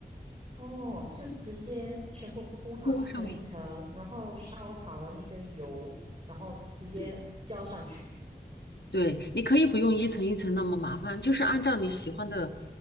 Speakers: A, on the right; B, on the left.
A: 哦，就直接全部铺好一层一层，
B: 泼上面。
A: 然后烧好了那个油，然后直接浇上去，
B: 对。对，你可以不用一层一层那么麻烦，就是按照你喜欢的，